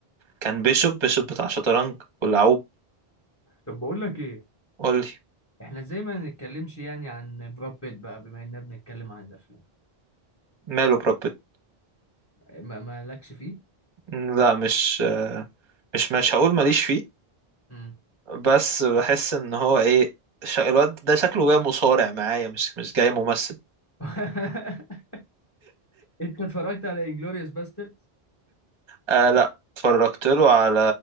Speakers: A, on the right; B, on the left.
A: كان بيشوب بيشوب بتاع شطرنج واللعوب
B: طب بقول لك ايه
A: قولي
B: احنا ازاي ما نتكلمش يعني عن براد بيت بقى بما اننا بنتكلم عن الافلام
A: ماله بروبت
B: ما مالكش فيه
A: لا مش مش مش هقول ماليش فيه
B: امم
A: بس بحس ان هو ايه شا... الواد ده شكله جاي مصارع معايا مش مش جاي ممثل
B: <laughs> انت اتفرجت على انجلوريوس باسترد
A: آه لا اتفرجت له على